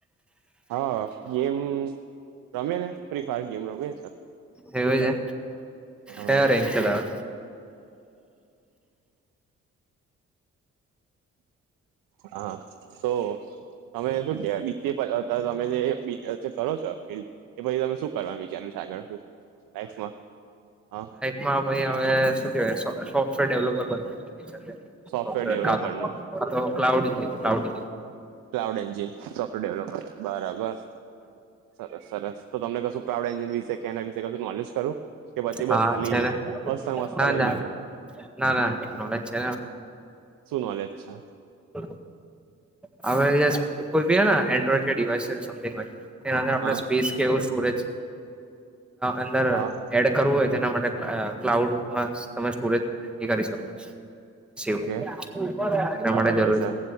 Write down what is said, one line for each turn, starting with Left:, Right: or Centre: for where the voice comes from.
Right: હા ગેમ રમે ને ફ્રી ફાયર ગેમ રમે
Centre: હવ છેાય
Right: હા
Centre: હે ર ચતા
Right: હા તો તમે શું કેવાય બે તમે જે કરો છો ફિલ્ડ એ પછી તમે શું કરવા વિચાર્યું છે આગળ લમાં હ
Centre: માં ભાઈ હવે શું કે સોફ્ટવેર ડેવલપર બનવાનું
Right: સોફ્ટવેર
Centre: સોફવેરા
Right: ડેવલોપર નું
Centre: અથ તો ક્લાઉડઈ ક્લાઉડઈ
Right: ક્લાઉડ એન્જિન સોફ્ટવેર ડેવલોપર બરાબર સરસ સરસ તો તમને કશું ક્રાઉડ એન્જિન વિશે કેના વિશે કશું નોલેજ કરું કે પછી
Centre: હા
Right: બસ ખાલી
Centre: છે ને
Right: અસંગ વસ્તા
Centre: ના
Right: લઈ
Centre: ના
Right: લીધું
Centre: ના ના નો છે
Right: શું નોલેજ છે?
Centre: હ <inaudible> હ કોઈ ઋહને એન્ડ્રોઈડ કે ડિવાઈસ સમંગ હોય તેના આપણે
Right: હા
Centre: સ્પેસ કેવું સ્ટોરેજ અંદર
Right: હા
Centre: એડ કરવું હોય તેના માટે ક્લાઉડમાં તમે સ્ટોરેજ કરી શકો સ એના
Right: ઓકે બરાબર
Centre: માટે જરૂરી
Right: છે